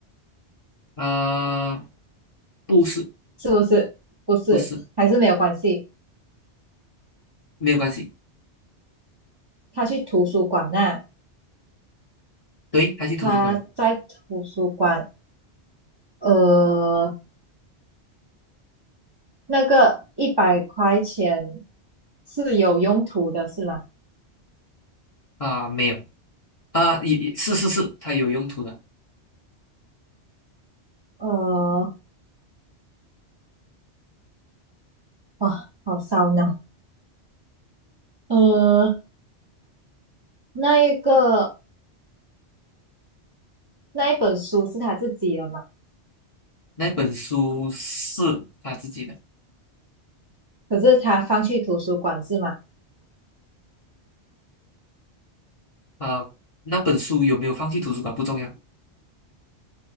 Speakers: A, on the left; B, on the right.
A: 啊，不是
B: 是不是？不是，
A: 不是，
B: 还是没有关系。
A: 没有关系。
B: 他去图书馆那、
A: 对，他去图书馆
B: 他在图书馆，呃，那个一百块钱是有用途的，是吗？
A: 啊、没有啊，也也是是是，他有用途的。
B: 呃，哇，好烧脑。呃，那一个那一本书是他自己的嘛？
A: 那本书是他自己的
B: 可是他放去图书馆是吗？
A: 啊、那本书有没有放去图书馆不重要。